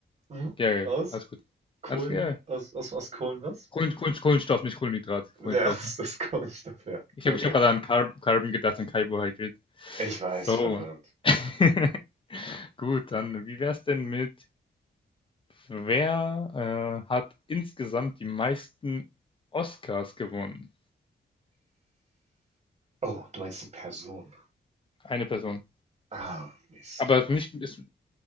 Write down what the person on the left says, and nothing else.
ja, ja,
alles gut.
Alles, ja.
Kohlen, Kohlen, Kohlenstoff, nicht Kohlenhydrat, Kohlenstoff.
Ich
habe ich hab gerade an Car Carbon gedacht, an Carbohydrate.
So.
<laughs> Gut, dann wie wär's denn mit, wer äh, hat insgesamt die meisten Oscars gewonnen?
Eine Person.
Aber nicht, ist,